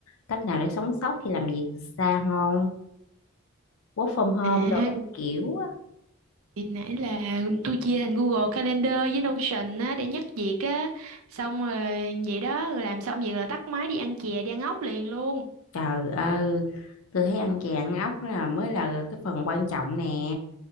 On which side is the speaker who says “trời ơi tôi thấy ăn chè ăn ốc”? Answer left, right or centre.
Left